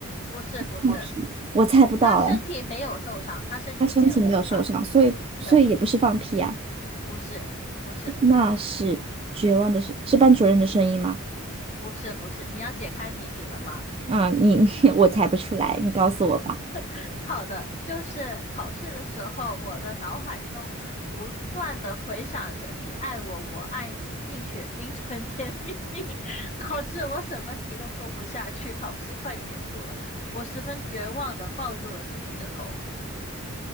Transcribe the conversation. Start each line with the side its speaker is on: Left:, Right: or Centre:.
Left: 不是不是，
Right: 放屁，我猜不到了。
Left: 他身体没有受伤，他身体没有受伤。
Right: 他身体没有受伤，所以所以也不是放屁啊，
Left: 对。不是，不是，
Right: 那是绝望的是是班主任的声音吗？
Left: 不是，不是，你要解开谜底了吗？
Right: 嗯，你 <laughs> 我猜不出来，你告诉我吧。
Left: <laughs> 好的，就是考试的时候，我的脑海中不断的回想着“你爱我，我爱你”，蜜雪冰城甜蜜蜜，<laughs> 导致我什么题都做不下去，考试快结束了，我十分绝望的抱住了自己的头。